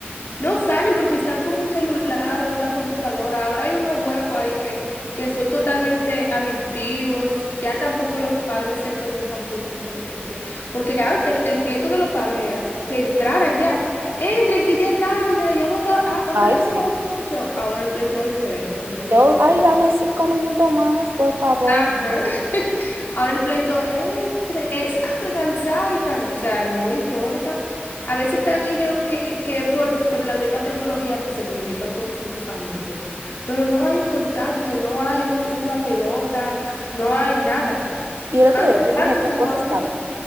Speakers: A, on the left; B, on the right.
A: No salen porque están con un celular o una computadora. Ahora hay unos juegos ahí que, que son totalmente adictivos. Ya tampoco los padres se preocupan por como que porque. Porque antes el, el pleito de los padres era que entraran ya. Entren, que ya es tarde, ya no está- ah, ustedes
B: Ay,
A: han
B: sí.
A: jugado mucho. Ahora el pleito es diferente, ahora el pleito
B: Yo, ay,
A: es.
B: dame cinco minutos más, por favor.
A: Ajá. <laughs> Ahora el pleito entre, eh, salgan, salgan, o sea, no importa. A veces están ellos que, que por, por la misma tecnología que se comunican con sus amigos, pero no hay un contacto, no hay un- una pelota, no hay nada.
B: Y el otro
A: Antes,
B: día yo
A: antes
B: dije, no,
A: se
B: cosa
A: jugaba
B: está
A: mucho.